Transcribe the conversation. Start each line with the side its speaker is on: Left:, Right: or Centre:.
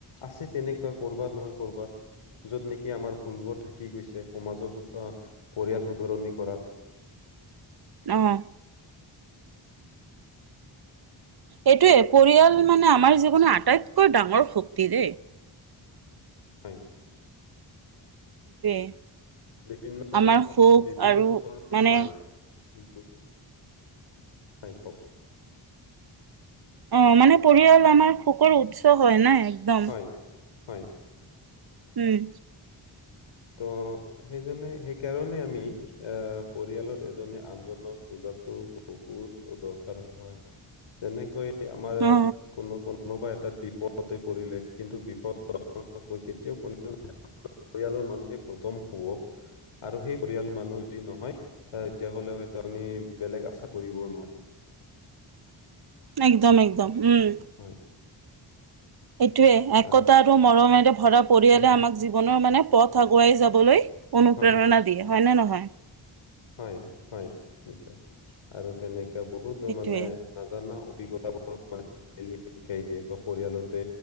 Left: আছে তেনেকুৱা কৰ'বাত নহয় কৰ'বাত। য'ত নেকি আমাৰ ভুলবোৰ থাকি গৈছে, সমাজৰ আ' পৰিয়াল শুধৰণি কৰাত।
Right: অ'। এইটোৱে পৰিয়াল
Left: উম,
Right: মানে আমাৰ জীৱনৰ আটাইতকৈ ডাঙৰ শক্তি দেই।
Left: হয়।
Right: সেইটোৱে।
Left: বিভিন্ন
Right: আমাৰ সুখ
Left: বিভিন্ন
Right: আৰু
Left: ধৰণৰ
Right: মানে
Left: <inaudible> <unintelligible> হয় কওঁক।
Right: অ' মানে পৰিয়াল আমাৰ সুকৰ উৎস হয় নাই একদম।
Left: হয় হয়।
Right: উম।
Left: ত' সেইজনে সেইকাৰনে আমি আ' পৰিয়ালত এজনে-আনজনক বুজাটো বহুত দৰকাৰ হয়। যেনেকৈ আমাৰ
Right: অ
Left: কোনো কোন কোনোবা এটাত বিপদতে পৰিলে কিন্তু বিপদ কেতিয়াও <inaudible> পৰিয়ালৰ মানুহে প্ৰথম হব। আৰু সেই পৰিয়াল মানুহ যদি নহয় তেতিয়াহ'লে হয়তো আপুনি বেলেগ আশা কৰিব নোৱাৰি।
Right: একদম একদম উম।
Left: হয়!
Right: এইটোৱে, একতা
Left: আহ
Right: আৰু মৰমেৰে ভৰা পৰিয়ালে
Left: আহ
Right: আমাক জীৱনৰ মানে পথ আগুৱাই যাবলৈ অনুপ্ৰেৰণা
Left: হয়
Right: দিয়ে। হয়নে নহয়?
Left: হয় হয় নিশ্চয়, আৰু তেনেকা বহুতো
Right: সেইটোৱে
Left: মানে না নাজানা অভিজ্ঞতা <inaudible> শিকাই দিয়ে বা পৰিয়ালতে